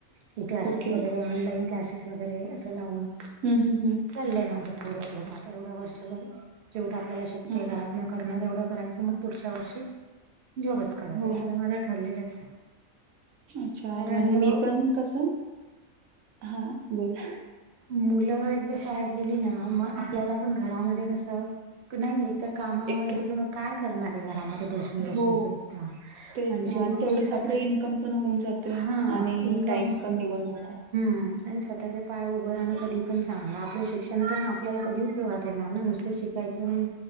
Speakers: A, on the right; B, on the right.
A: की क्लासेस
B: ओके
A: वगैरे ऑनलाईन क्लासेस वगैरे असं लावून.
B: हम्म हम्म हम्म
A: चाललंय माझं थोडं थोडं आता एवढं वर्षभर जेवढ आपल्याला शक्य
B: हम्म
A: आहे घरात करणार एवढं करायचं मग पुढच्या वर्षी जॉबच करायच
B: हो
A: असं तर माझं ठरलेलंच आहे.
B: अच्छा
A: कारण
B: म्हणजे मी पण कसं, हा बोला-
A: मुलं एकदा शाळेत गेली ना मग आपल्याला पण घरामध्ये कसं, नाही एकदा कामाआवरली
B: एकट
A: की मग काय करणार आहे घरामध्ये बसून. बसून
B: हो
A: सुद्धा
B: तेच ना
A: शेवटी
B: आणि तेवढंच
A: स्वतः
B: आपलं इन्कम पण होऊन जाते
A: हा
B: आणि
A: इन्कम
B: टाइम पण निघून जातो.
A: हम्म आणि स्वतःच्या पाया उभं रासने कधी पण चांगलं. आपलं शिक्षण पण आपल्याला कधी उपयोग येणार ना नुस शिक्षण, याचं